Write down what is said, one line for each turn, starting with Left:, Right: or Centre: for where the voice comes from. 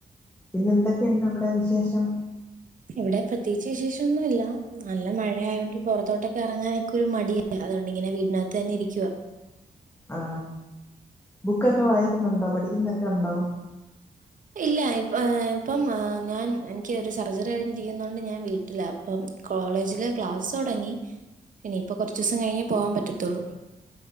Left: പിന്നെന്തെക്കെണ്ട് അവിടെ വിശേഷം?
Right: ഇവിടെ പ്രത്യേകിച്ച് വിശേഷൊന്നുംഇല്ല. നല്ല മഴയായൊണ്ട് പൊറത്തോട്ടൊക്കെ എറങ്ങാനൊക്കെ ഒരു മടിയ. അതോണ്ടിങ്ങനെ വീടിനകത്ത് തന്നെ ഇരിക്കുവാ.
Left: ആ ബുക്കൊക്കെ
Right: ഉം
Left: വായിക്കുന്നുണ്ടോ? പഠിക്കുന്നൊക്കെ ഒണ്ടോ?
Right: <inaudible> ഇല്ല ഇപ്പം, ഇപ്പം ഞാൻ എനിക്ക് ഒരു സർജറി കഴിഞ്ഞിരിക്കുന്നോണ്ട് ഞാൻ വീട്ടില അപ്പം കോളേജില് ക്ലാസ്സോടങ്ങി. ഇനിയിപ്പ കുറച്ചൂസം കഴിഞ്ഞെ പോവാൻ പറ്റത്തുള്ളൂ.